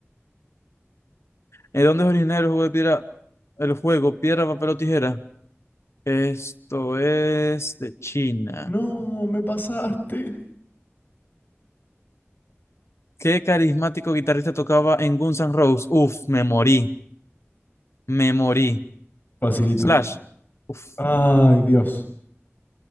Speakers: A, on the left; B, on the left.
A: ¿En dónde es originario el juego de piedra, el juego piedra, papel o tijera? Esto es de China.
B: No, me pasaste.
A: ¿Qué carismático guitarrista tocaba en Guns N' Roses? Uf, me morí. Me morí.
B: Facilito.
A: Slash. Uf,
B: Ay, Dios.